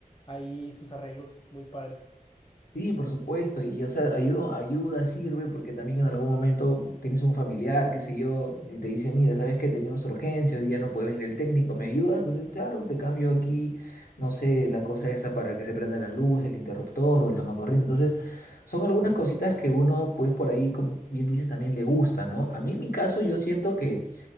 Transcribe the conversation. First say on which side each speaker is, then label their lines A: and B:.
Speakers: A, on the left; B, on the left.
A: ahí sus arreglos muy padres.
B: Sí, por supuesto, y o sea, ayuda, ayuda sirve porque también en algún momento tienes un familiar, qué sé yo, y te dice, mira, sabes que tenemos urgencia, hoy día no puede venir el técnico, ¿me ayudas? Entonces, claro, te cambio aquí, no sé, la cosa esa para que se prenda la luz, el interruptor o el tomacorriente. Entonces, son algunas cositas que uno, pues por ahí, como bien dices, también le gusta, ¿no? A mí en mi caso yo siento que